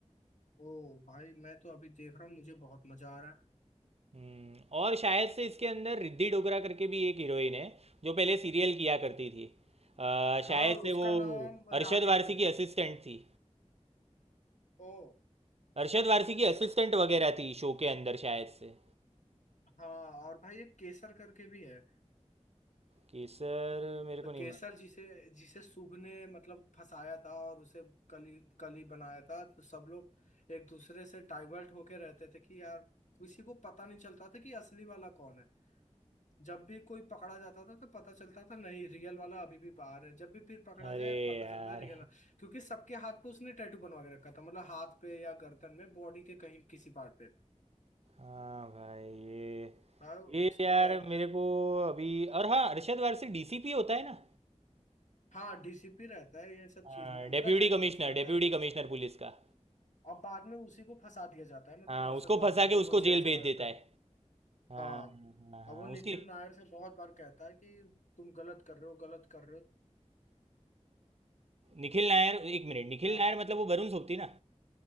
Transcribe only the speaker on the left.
ओ भाई मैं तो अभी देख रहा हूँ मुझे बहुत मजा आ रहा है
हाँ
उसका
नाम
रागिनी
है
ओ
हाँ और भाई एक केसर करके भी है
केसर
जिसे जिसे शुभ ने मतलब फंसाया था और उसे कली कली बनाया था तो सब लोग एक दूसरे से डाइवर्ट होके रहते थे कि यार किसी को पता नहीं चलता था कि असली वाला कौन है जब भी कोई पकड़ा जाता था तो पता चलता था नहीं रियल वाला अभी भी बाहर है जब भी फिर पकड़ा
जाए पता
चलता है रियल क्योंकि सबके हाथ पे उसने टैटू बनवा के रखा था मतलब हाथ पे या गर्दन में बॉडी के कहीं किसी पार्ट पे
हाँ उसके
गैंग
में
हाँ डीसीपी रहता है ये सब
चीज में मतलब
हेड
पोस्ट रहता
है
अब बाद में उसी को फंसा दिया जाता है मतलब
अरशद
वारसी
को
वो जेल
चला
जाता
है
हाँ
अब वो निखिल
नायर से बहुत बार कहता है कि तुम गलत कर रहे हो गलत कर रहे
हो